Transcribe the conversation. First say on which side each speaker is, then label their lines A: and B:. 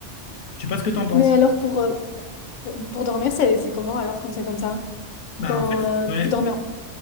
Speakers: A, on the left; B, on the left.
A: Je sais pas ce que tu en penses.
B: Mais alors, pour, euh, Pour dormir, c'est c'est comment alors quand c'est comme ça?
A: Bah,
B: Quand
A: en fait,
B: euh,
A: ouais,
B: vous dormez